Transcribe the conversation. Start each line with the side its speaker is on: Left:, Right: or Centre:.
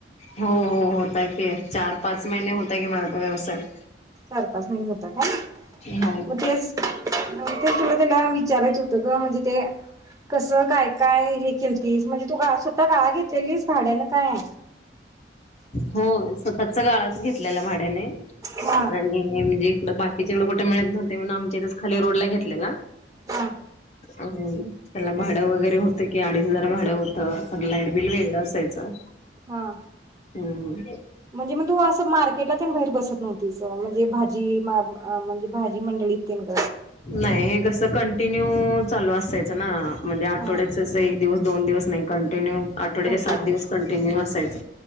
Left: हो हो हो होता की चार पाच महिने होता की माझा तो व्यवसाय तर
Right: चार पाच महिने होता काय
Left: हो
Right: मग तेच मग तेच तुला त्याला विचारायचं होतं ग म्हणजे ते? कसं काय काय हे केलतीस? केलतीस म्हणजे तू स्वतः गाळ घेतलेलीस भाड्यान काय?
Left: हो स्वतःचा गाळाच घेतलेला भाड्याने?
Right: हा.
Left: आणि म्हणजे इकडं बाकी दुसरीकडे कुठे मिळत नव्हते म्हण आमच्या इथच खाली रोड ला घेतलेला
Right: हा.
Left: त्याला भाड वगैरे होत बग की अडीच हजार भाडं होतं पण लाईट बिल वेगळं असायचं
Right: हां.
Left: हंम.
Right: म्हणजे मग तु अस मार्केटला ते <unintelligible> बाहेर बसत नव्हती म्हणजे भाजी म्हणजे भाजी मंड तेनगं
Left: नाही कस कंटिन्यू.. चालू असत. चयचं ना म्हणजे आठवड्याच
Right: हा
Left: जस एक दिवस दोन दिवस नही कंटिन्यू आठवड्याचे
Right: कंटिन्यू
Left: सात दिवस कंटिन्यू असायच.